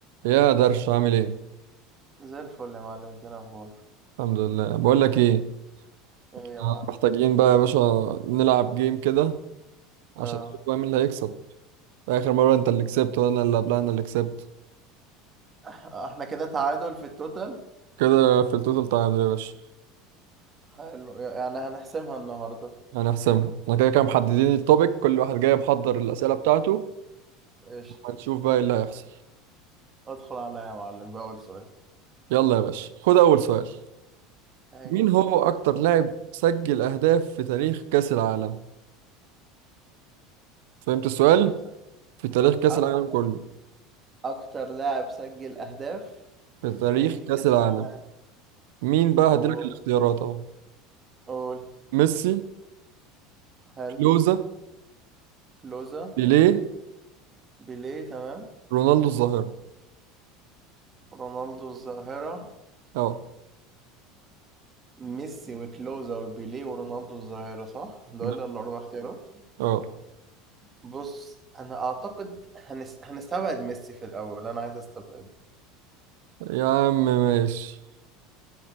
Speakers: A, on the right (about 75°); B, on the right (about 30°).
A: يا درش عامل ايه
B: زي الفل يا معلم انت ايه الاخبار
A: الحمد لله بقول لك ايه
B: ايه
A: آه.
B: يا معلم
A: محتاجين بقى يا باشا نلعب جيم كده
B: اه
A: عشان نشوف بقى مين اللي هيكسب اخر مره انت اللي كسبت وانا اللي قبلها انا اللي كسبت
B: <laughs> اح- احنا كده تعادل في التوتال
A: كده في التوتال تعادل يا باشا
B: حلو يعني هنحسمها النهارده
A: هنحسمها احنا كده كده محددين التوبيك كل واحد جاي محضر الاسئله بتاعته
B: قشطه
A: هنشوف بقى ايه اللي هيحصل
B: ادخل عليا يا معلم بأول سؤال
A: يلا يا باشا خد اول سؤال
B: ايوه
A: مين هو اكتر لاعب سجل اهداف في تاريخ كاس العالم فهمت السؤال
B: اكتر
A: في تاريخ كاس
B: أك...
A: العالم كله
B: اكتر لاعب سجل اهداف
A: في
B: في
A: تاريخ
B: تاريخ
A: كاس
B: كاس
A: العالم
B: العالم
A: مين بقى
B: قول
A: هديلك الاختيارات اهو
B: قول
A: ميسي
B: حلو
A: كلوزا
B: كلوزا
A: بيليه
B: بيليه تمام
A: رونالدو الظاهرة
B: رونالدو الظاهره
A: اه
B: ميسي وكلوزا وبيليه ورونالدو الظاهره صح دول
A: ب-
B: الاربع اختيارات
A: اه
B: بص انا اعتقد هنس... هنستبعد ميسي في الاول انا عايز استبعده
A: يا عم ماشي